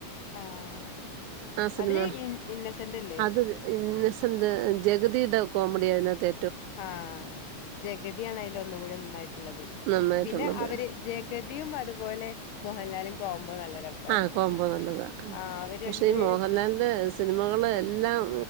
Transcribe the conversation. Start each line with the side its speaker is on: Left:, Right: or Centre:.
Left: ആഹ്
Right: ആ സിനിമ
Left: അതില് ഇ ഇന്നസെന്റല്ലേ
Right: അത് ഇന്നസെൻറ് ജഗതിടെ കോമഡിയ അതിനാത്തെ
Left: ആ ജഗതിയാണ് അതില് ഒന്നുകൂടി നന്നായിട്ടുള്ളത്
Right: നന്നായിട്ടുള്ളത്
Left: പിന്നെ അവര് ജഗതിയും അതും പോലെ മോഹൻലാലും കോമ്പോ നല്ല രസാണ്
Right: ആ കോമ്പോ നല്ലതാ
Left: ആഹ് അവര്
Right: പക്ഷേ
Left: രണ്ടുപേരും
Right: ഈ മോഹൻലാലിന്റെ സിനിമകള് എല്ലാം-